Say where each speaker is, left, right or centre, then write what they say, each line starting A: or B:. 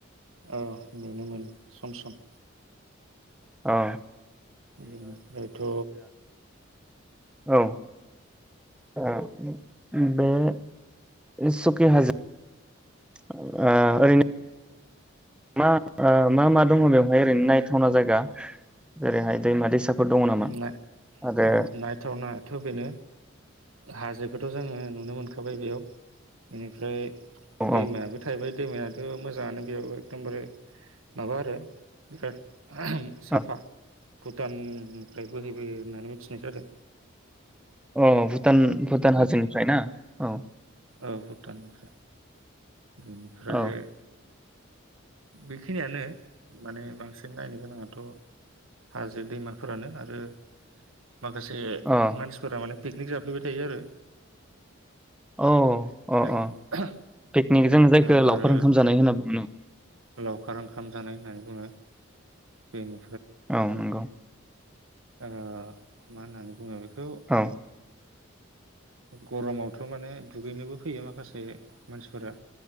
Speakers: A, on the right; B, in the centre.
A: ओ नुनो मोनो सम सम
B: औ
A: बेनिफ्रायथ
B: औ। ओ बे सुकि हाजो ओ ओरैनो मा ओ मा मा दङ बेवहाय ओरैनो नायथावना जायगा। जेरैहाय दैमा दैसाफोर दङ नामा
A: नाय
B: आरो
A: औ नायथावनायाथ बेनो हाजोखौथ जोङो नुनो मोनखाबाय बेयाव बेनिफ्राय
B: औ
A: दैमायाबो थाहैबाय दैमाया मोजाङानो बेयाव एकदमबारे माबा आरो बिराद साफा
B: औ
A: भुटान ओफ्राय बोहैबो होन्नानै मि थिनाय जादो।
B: अ भुटान भुटान हाजोनिफ्राय ना औ।
A: औ भुटाननिफ्राय बेनिफ्राय
B: औ
A: बेखिनियानो माने बांसिन नायनो गोनाङाथ हाजो दैमाफोरानो आरो माखासे
B: अ
A: मानसिफोरा माने पिकनिक जाफैबाय थायो आरो।
B: औ। अ
A: <unintelligible>
B: अ
A: ओं
B: पिकनिक जों जायखौ लावखार
A: आरो
B: ओंखाम जानाय होनना बुङो
A: लावखार ओंखाम जानाय होन्नानै बुङो। बेनि
B: औ नोंगौ।
A: ओ मा होन्नानै बुंङो होव
B: औ
A: गरमावथ माने दुगैनोबो फैयो माखासे मानसिफोरा।